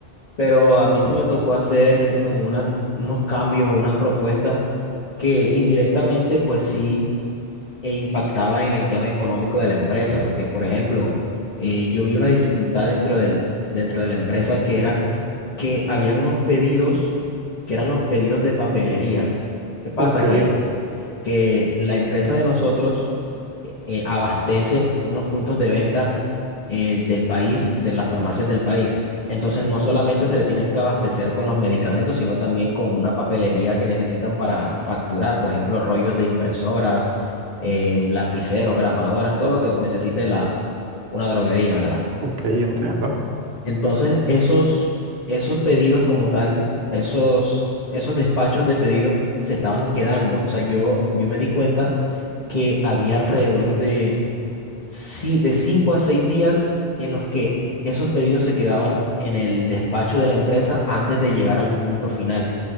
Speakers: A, on the left (about 40°); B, on the right (about 65°).
A: Pero a mí sí me tocó hacer como unas, unos cambios o unas propuestas que indirectamente pues sí eh, impactaba en el tema económico de la empresa, porque por ejemplo, eh, yo vi una dificultad dentro del, dentro de la empresa que era que habían unos pedidos que eran los pedidos de papelería. ¿Qué pasa?
B: Ok,
A: Que, que la empresa de nosotros eh, abastece unos puntos de venta eh, del país, de las farmacias del país. Entonces, no solamente se le tienen que abastecer con los medicamentos, sino también con una papelería que necesitan para facturar, por ejemplo, rollos de impresora, eh, lapiceros, grapadoras, todo lo que necesite la, una droguería, ¿verdad?
B: ok, entiendo.
A: Entonces, esos, esos pedidos como tal, esos, esos despachos de pedidos se estaban quedando. O sea, yo, yo me di cuenta que había alrededor de ci- de cinco a seis días en los que esos pedidos se quedaban en el despacho de la empresa antes de llegar al punto final.